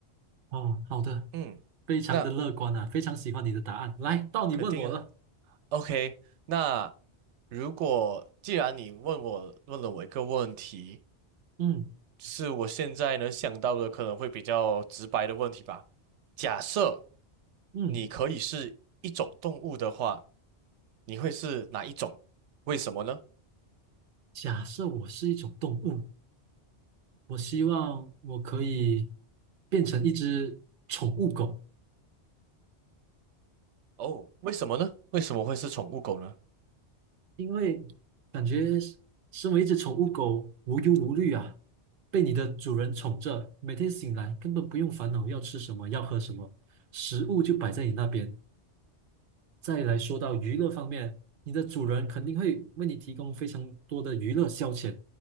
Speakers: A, on the right; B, on the right.
A: 哦，好的，
B: 嗯，
A: 非常的乐观啊，
B: 那
A: 非常喜欢你的答案。来，到你问我了。
B: 肯定啊。OK，那如果既然你问我问了我一个问题，
A: 嗯
B: 只是我现在能想到的可能会比较直白的问题吧。假设
A: 嗯，
B: 你可以是一种动物的话，你会是哪一种？为什么呢？
A: 假设我是一种动物，我希望我可以变成一只宠物狗。
B: 哦，为什么呢？为什么会是宠物狗呢？
A: 因为感觉是身为一只宠物狗，无忧无虑啊，被你的主人宠着，每天醒来根本不用烦恼要吃什么，要喝什么，食物就摆在你那边。再来说到娱乐方面，你的主人肯定会为你提供非常多的娱乐消遣。